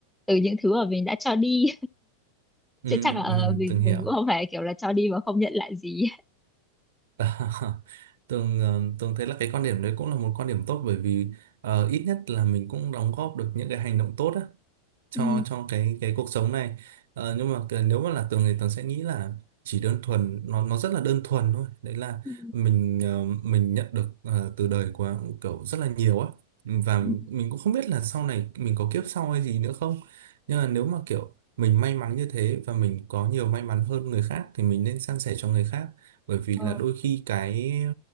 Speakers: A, in the centre; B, on the right.
A: từ những thứ mà mình đã cho đi
B: ừ,
A: chứ chắc là ờ,
B: ừ,
A: mình
B: từng hiểu
A: mình
B: <laughs>
A: cũng không phải kiểu là cho đi mà không nhận lại gì
B: và từng ờ, từng thấy là cái quan điểm đấy cũng là một quan điểm tốt bởi vì ờ, ít nhất là mình cũng đóng góp được những cái hành động tốt á cho
A: <laughs> ừ
B: cho cái cái cuộc sống này ờ, nhưng mà cái- nếu mà là Tường thì Tường sẽ nghĩ là chỉ đơn thuần nó nó rất là đơn thuần thôi đấy là
A: ừ
B: mình ờ, mình nhận được ờ, từ đời của cậu rất là nhiều á và
A: ừ
B: mình cũng không biết là sau này mình có kiếp sau hay gì nữa không nhưng mà nếu mà kiểu mình may mắn như thế và mình có nhiều may mắn hơn người khác thì mình nên san sẻ cho người khác bởi vì
A: ờ,
B: là đôi khi cái